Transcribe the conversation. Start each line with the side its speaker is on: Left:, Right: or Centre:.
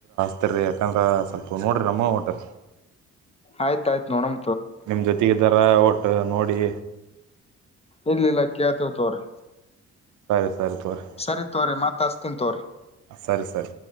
Right: ಇತೀ ಯಾಕಂದ್ರೆ ಸ್ವಲ್ಪ ನೋಡಿರಿ ಅಮ್ಮ ಟು
Left: ಆಯ್ತು ಆಯ್ತು ನೋಡಣ
Right: ನಿಮ್ ಜೊತೆಗ್ದಾರ ಒಟ್ಟ ನೋಡಿ
Left: ಇಲ್ಲ ಇಲ್ಲ ಕೇಳ್ತೀನಿ ತಗೋಲಾರಿ
Right: ಸರಿ ಸರಿ ತೋರಿ
Left: ಸರಿ ತೂರಿ ಮಾತಾ ಅಸ್ತನ್ ತೋರಿ
Right: ಸರಿ ಸರಿ